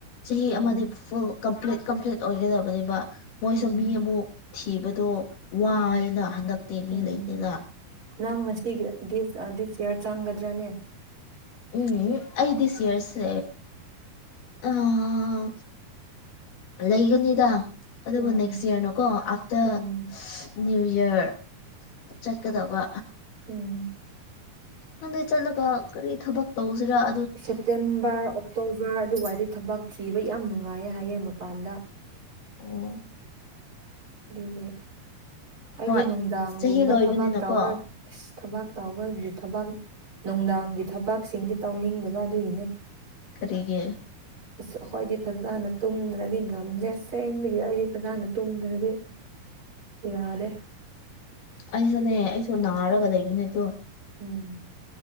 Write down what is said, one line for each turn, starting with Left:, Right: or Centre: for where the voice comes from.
Left: ꯆꯍꯤ
Right: ꯑꯣ
Left: ꯑꯃꯗꯤ ꯐꯨꯜ ꯀꯝꯄ꯭ꯂꯤꯠ ꯀꯝꯄ꯭ꯂꯤꯠ ꯑꯣꯏꯒꯗꯕꯅꯦꯕꯥ ꯃꯣꯏꯁꯨ
Right: ꯎꯝ
Left: ꯃꯤ ꯑꯃꯨꯛ ꯊꯤꯕꯗꯣ ꯋꯥꯏꯅ
Right: ꯎꯝ
Left: ꯍꯟꯗꯛꯇꯤ ꯃꯤ
Right: ꯎꯝ
Left: ꯂꯩꯇꯦꯅ
Right: ꯅꯪ ꯉꯁꯤꯒꯤ ꯗꯤꯁ ꯑꯥ ꯗꯤꯁ ꯌꯥꯔ ꯆꯪꯒꯗ꯭ꯔꯥꯅꯦ
Left: ꯎꯝ ꯑꯩ ꯗꯤꯁ ꯌꯔꯁꯦ ꯑꯥ ꯂꯩꯒꯅꯤꯗꯥ ꯑꯗꯨꯕꯨ
Right: ꯎꯝ
Left: ꯅꯦꯛꯁ ꯌ꯭ꯔꯅꯀꯣ ꯑꯐꯇꯔ
Right: ꯎꯝ
Left: ꯅꯤꯌꯨ ꯌꯔ ꯆꯠꯀꯗꯕ
Right: ꯎꯝ
Left: ꯈꯪꯗꯦ ꯆꯠꯂꯒ ꯀꯔꯤ ꯊꯕꯛ ꯇꯧꯁꯤꯔ
Right: ꯁꯦꯞꯇꯦꯝꯕꯔ ꯑꯣꯛꯇꯣꯕꯔ ꯑꯗꯨꯋꯥꯏꯗꯤ ꯊꯕꯛ ꯊꯤꯕ ꯌꯥꯝ ꯅꯨꯡꯉꯥꯏꯌꯦ ꯍꯥꯏꯌꯦ ꯃꯄꯥꯟꯗ
Left: ꯑꯣ
Right: ꯑꯗꯨꯒꯤ ꯑꯩꯗꯤ
Left: ꯍꯣꯏ
Right: ꯅꯨꯡꯗꯥꯡꯒꯨꯝꯕ
Left: ꯆꯍꯤ ꯂꯣꯏꯕꯅꯤꯅꯀꯣ
Right: ꯊꯕꯥꯛ ꯇꯥꯎꯕ ꯊꯕꯥꯛ ꯇꯥꯎꯕꯒꯤ ꯊꯕꯥꯛ ꯅꯨꯡꯗꯥꯡꯒꯤ ꯊꯕꯥꯛꯁꯤꯡꯗꯤ ꯇꯧꯅꯤꯡꯗꯕ ꯑꯗꯨꯒꯤꯅꯦ
Left: ꯀꯔꯤꯒꯤ
Right: ꯑꯁ ꯑꯈꯣꯏꯗꯤ ꯐꯖꯅ ꯇꯨꯝꯗ꯭ꯔꯗꯤ ꯉꯝꯗꯦ ꯑꯁꯦꯡꯕꯒꯤ ꯑꯩꯗꯤ ꯐꯖꯅ ꯇꯨꯝꯗ꯭ꯔꯗꯤ ꯌꯥꯗꯦ
Left: ꯑꯩꯁꯨꯅꯦ ꯑꯩꯁꯨ ꯅꯥꯔꯒ ꯂꯩꯕꯅꯦ ꯑꯗꯣ
Right: ꯎꯝ